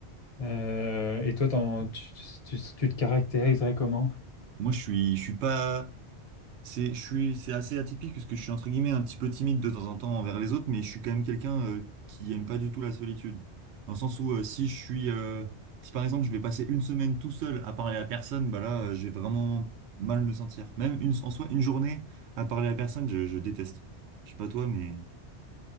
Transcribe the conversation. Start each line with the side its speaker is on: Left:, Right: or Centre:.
Left: Euh, et toi, t'en- tu, tu- tu te caractériserais comment?
Right: Moi, je suis, je suis pas, c'est, je suis, c'est assez atypique parce que je suis entre guillemets un petit peu timide de temps en temps envers les autres, mais je suis quand même quelqu'un euh, qui aime pas du tout la solitude. Dans le sens où euh, si je suis, euh, si par exemple je vais passer une semaine tout seul à parler à personne, bah là, euh, je vais vraiment mal me sentir. Même une, en soi, une journée à parler à personne, je, je déteste. Je sais pas toi, mais